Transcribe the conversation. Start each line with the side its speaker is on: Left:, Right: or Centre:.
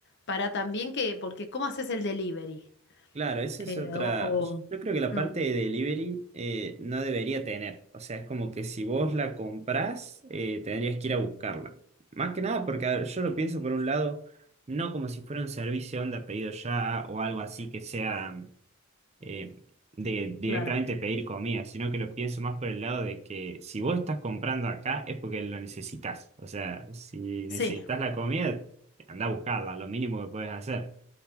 Left: para también que, porque ¿cómo haces el delivery?
Right: Claro, esa
Left: Eh,
Right: es otra.
Left: o, o-
Right: Yo creo que la
Left: Mm.
Right: parte de delivery eh, no debería tener. O sea, es como que si vos la comprás, eh, tendrías que ir a buscarla. Más que nada porque a ver, yo lo pienso por un lado, no como si fuera un servicio onda pedido ya o algo así que sea eh, de directamente
Left: Claro,
Right: pedir comida, sino que lo pienso más por el lado de que si vos estás comprando acá es porque lo necesitas. O sea, si necesitas
Left: sí,
Right: la comida, anda a buscarla, lo mínimo que puedes hacer.